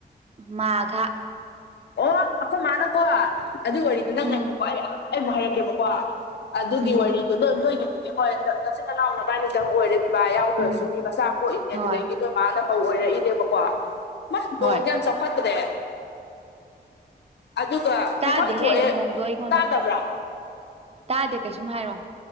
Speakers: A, on the right (about 35°); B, on the left (about 85°).
A: ꯃꯥꯘꯥ
B: ꯑꯣ ꯑꯩꯈꯣꯏ ꯃꯥꯅꯀꯣ ꯑꯗꯨ ꯋꯥꯔꯤꯗꯨ ꯅꯪ
A: ꯎꯝ
B: ꯉꯥꯏꯈꯣꯀꯣ ꯑꯩ ꯑꯩ ꯑꯃꯨꯛ ꯍꯥꯏꯔꯛꯀꯦꯕꯀꯣ ꯑꯗꯨꯒꯤ
A: ꯎꯝ
B: ꯋꯥꯔꯤꯗꯣ ꯅꯣꯏ ꯅꯣꯏꯒꯤꯕꯨꯗꯤ ꯍꯣꯏ ꯅꯆꯤꯟ ꯅꯅꯥꯎ ꯅꯕꯥꯏꯅꯤꯗꯪ ꯑꯣꯏꯔꯦ ꯄꯤꯕꯥ ꯌꯥꯎꯗ꯭ꯔꯁꯨ
A: ꯎꯝ
B: ꯃꯤ ꯃꯆꯥ ꯄꯣꯛꯏꯅꯦ
A: ꯍꯣꯏ
B: ꯑꯗꯨꯗꯒꯤ ꯅꯣꯏ ꯃꯥꯅ ꯃꯧ ꯑꯣꯏꯔꯛꯏꯅꯦꯕꯀꯣ ꯃꯥ ꯅꯣꯡꯁꯦ
A: ꯍꯣꯏ
B: ꯌꯥꯝ ꯆꯥꯎꯈꯠꯇ꯭ꯔꯦ ꯑꯗꯨꯒ
A: ꯇꯥꯗꯦꯍꯦ
B: ꯄꯤꯐꯝ ꯊꯣꯛꯑꯦ
A: ꯅꯣꯡꯗꯣ ꯑꯩꯉꯣꯟꯗ
B: ꯇꯥꯗꯕ꯭ꯔꯥ
A: ꯇꯥꯗꯦ ꯀꯩꯁꯨꯝ ꯍꯥꯏꯔꯣ